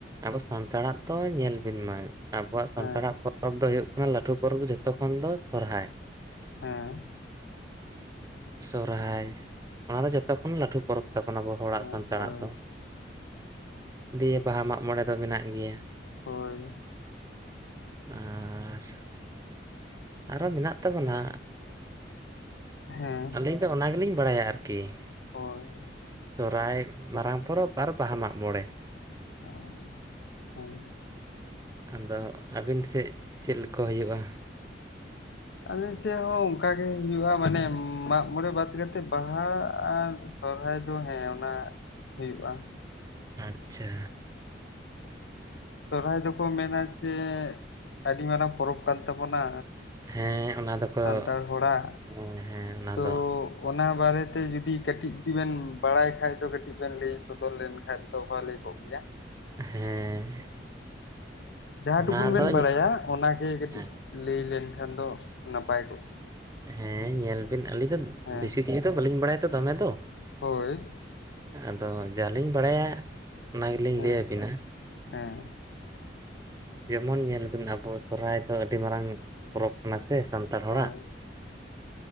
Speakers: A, on the right; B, on the left.
A: ᱟᱵᱚ ᱥᱟᱱᱛᱟᱲᱟᱜ ᱛᱚ ᱧᱮᱞ ᱵᱤᱱ ᱢᱟ, ᱟᱵᱚᱣᱟᱜ ᱥᱟᱱᱛᱟᱲᱟᱜ
B: ᱦᱮᱸ
A: ᱯᱚᱨ ᱯᱚᱨᱚᱵᱽ ᱫᱚ ᱦᱳᱭᱳᱜ ᱠᱟᱱᱟ ᱞᱟᱹᱴᱩ ᱯᱚᱨᱚᱵᱽ ᱫᱚ ᱡᱚᱛᱚ ᱠᱷᱚᱱ ᱫᱚ ᱥᱚᱨᱦᱟᱭ ᱾
B: ᱦᱮᱸ ᱾
A: ᱥᱚᱨᱦᱟᱭ, ᱚᱱᱟ ᱫᱚ ᱡᱚᱛᱚ ᱠᱷᱚᱱ ᱞᱟᱹᱴᱩ ᱯᱚᱨᱚᱵᱽ ᱛᱟᱵᱚᱱ ᱟᱵᱚ ᱦᱚᱲᱟᱜ
B: ᱦᱮᱸ
A: ᱥᱟᱱᱛᱟᱲᱟᱜ
B: ᱦᱳᱭ
A: ᱫᱚ ᱾ ᱫᱤᱭᱮ, ᱵᱟᱦᱟ ᱢᱟᱜ ᱢᱚᱬᱮ ᱫᱚ ᱢᱮᱱᱟᱜ ᱜᱮᱭᱟ ᱾
B: ᱦᱳᱭᱻ ᱾
A: ᱟ-ᱨ-ᱨᱜ ᱟᱨᱚ ᱢᱮᱱᱟᱜ ᱛᱟᱵᱚᱱᱟ,
B: ᱦᱮᱸ
A: ᱟᱹᱞᱤᱧ ᱫᱚ ᱚᱱᱟ ᱜᱮᱞᱤᱧ ᱵᱟᱲᱟᱭ ᱟ ᱟᱨᱠᱤ ᱾
B: ᱦᱳᱭ ᱾
A: ᱥᱚᱨᱦᱟᱭ ᱢᱟᱨᱟᱝ ᱯᱚᱨᱚᱵᱽ ᱟᱨ ᱵᱟᱦᱟ ᱢᱟᱜ ᱢᱚᱬᱮ ᱾
B: ᱥᱚᱸᱲᱚᱸᱜ-ᱳᱸᱝ ᱾
A: ᱟᱫᱚ ᱟᱵᱤᱱ ᱥᱮᱫ ᱪᱮᱞ ᱠᱚ ᱦᱳᱭᱳᱜᱼᱟ?
B: ᱟᱞᱮ ᱥᱮᱫ ᱦᱚᱸ ᱚᱱᱠᱟ ᱜᱮ ᱦᱩᱧᱩᱜᱼᱟ ᱢᱟᱱᱮ ᱢᱟᱜ ᱢᱚᱬᱮ ᱵᱟᱫ ᱠᱟᱛᱮᱫ ᱵᱟᱦᱟ ᱟᱨ ᱥᱚᱨᱦᱟᱭ ᱫᱚ ᱦᱮᱸ ᱚᱱᱟ ᱦᱩᱭᱩᱜᱼᱟ ᱾
A: ᱟᱪᱷᱟ
B: ᱥᱚᱨᱚᱦᱟᱭ ᱫᱚᱠᱚ ᱢᱮᱱᱟ ᱡᱮ ᱟᱹᱰᱤ ᱢᱟᱨᱟᱝ ᱯᱚᱨᱚᱵᱽ ᱠᱟᱱ ᱛᱟᱵᱚᱱᱟ᱾
A: ᱦᱮᱸ ᱚᱱᱟ ᱫᱚᱠᱚ
B: ᱥᱟᱱᱛᱟᱲ ᱦᱚᱲᱟᱜ
A: ᱦᱮᱸ ᱦᱮᱸ ᱚᱱᱟ
B: ᱛᱚ
A: ᱫᱚ
B: ᱚᱱᱟ ᱵᱟᱨᱮ ᱛᱮ ᱡᱩᱫᱤ ᱠᱟᱹᱴᱤᱡ ᱡᱤ ᱵᱮᱱ ᱵᱟᱲᱟᱭ ᱠᱷᱟ ᱫᱚ ᱠᱟᱹᱴᱤᱡ ᱵᱮᱱ ᱞᱟᱹᱭ ᱥᱚᱫᱚᱨ ᱞᱮᱱ ᱠᱷᱟᱱ ᱫᱚ ᱵᱷᱟᱞᱤ ᱠᱚᱜᱭᱟ
A: ᱦᱮᱸ
B: ᱡᱟᱦᱟᱸ
A: ᱚᱱᱟ
B: ᱴᱩᱠᱩᱱ ᱵᱮᱱ
A: ᱫᱚ
B: ᱵᱟᱲᱟᱭᱟ ᱚᱱᱟᱜᱮ
A: ᱦᱮᱸ
B: ᱠᱟᱹᱴᱤᱡ ᱞᱟᱹᱭ ᱞᱮᱱᱠᱷᱟᱱ ᱫᱚ ᱱᱟᱯᱟᱭ ᱠᱚᱜᱼᱟ᱾
A: ᱦᱮᱸ ᱧᱮᱞ ᱵᱤᱱ ᱟᱹᱞᱤᱧ ᱫᱚ
B: ᱦᱮᱸ
A: ᱵᱮᱥᱤ ᱠᱤᱪᱷᱩ ᱫᱚ ᱵᱟᱹᱞᱤᱧ ᱵᱟᱲᱟᱭᱟ ᱛᱚ ᱫᱚᱢᱮ ᱫᱚ᱾
B: ᱦᱳᱭ
A: ᱟᱫᱚ ᱡᱟᱞᱤᱧ ᱵᱟᱲᱟᱭᱟ ᱚᱱᱟ ᱜᱮᱞᱤᱧ
B: ᱦᱮᱸ
A: ᱞᱟᱹᱭ ᱟᱵᱤᱱᱟ᱾
B: ᱦᱮᱸ
A: ᱡᱮᱢᱚᱱ ᱧᱮᱞᱵᱤᱱ ᱟᱵᱚ ᱥᱚᱨᱦᱟᱭ ᱫᱚ ᱟᱹᱰᱤ ᱢᱟᱨᱟᱝ ᱯᱚᱨᱚᱵᱽ ᱠᱟᱱᱟ ᱥᱮ᱾ ᱥᱟᱱᱛᱟᱲ
B: ᱦᱳᱭ
A: ᱦᱚᱲᱟᱜ